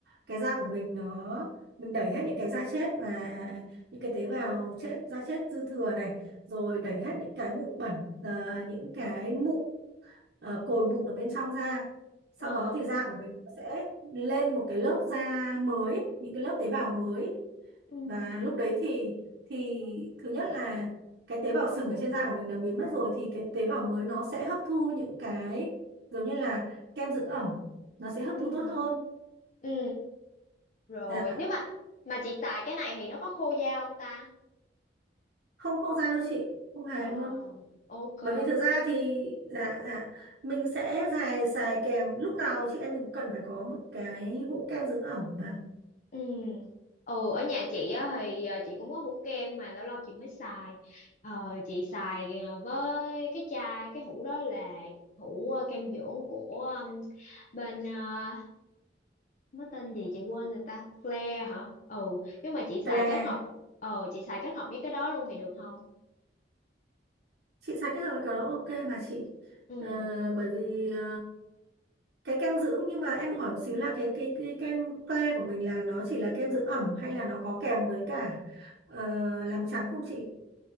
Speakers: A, on the right; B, on the left.
A: cái da của mình nó mình đẩy hết những cái da chết và những cái tế
B: Ừ.
A: bào chết da chết dư thừa này rồi đẩy hết những cái bụi bẩn ờ, những cái mụn ờ, cồi mụn ở bên trong ra sau
B: Ờ.
A: đó thì da của mình nó sẽ lên một cái lớp da mới những cái lớp tế bào mới
B: Ừ.
A: và lúc đấy thì thì thứ nhất là cái tế bào sừng ở trên da của mình nó biến mất rồi thì cái tế bào mới nó sẽ hấp thu những cái giống như là kem dưỡng ẩm nó sẽ hấp
B: Ừ.
A: thu tốt hơn
B: Ừ. Rồi,
A: dạ
B: nếu mà mà chị xài cái này thì nó có khô da không ta?
A: không khô da đâu chị không hề
B: Ờ.
A: luôn
B: Ok.
A: bởi vì thực ra thì dạ dạ mình sẽ xài xài kèm lúc nào chị em mình cũng cần phải có một cái hũ kem dưỡng ẩm mà
B: Ừ. Ừ, ở nhà chị á, thì ờ, chị cũng có hũ kem mà lâu lâu chị mới xài. Ờ, chị xài ờ, với cái chai cái hũ đó là hũ ờ, kem dưỡng của ừm, bên ờ, nó tên gì chị quên rồi ta Flare hả ừ nhưng mà chị xài
A: Claire
B: kết hợp ờ chị xài kết hợp với cái đó luôn thì được không
A: chị xài cái rồi cái đó ok mà chị
B: ừ
A: Ờ,
B: ừ
A: bởi vì ờ, cái kem dưỡng nhưng mà em hỏi một xíu là cái cái cái kem Claire của mình là nó chỉ là kem dưỡng ẩm hay là nó có kèm với cả ờ, làm trắng không chị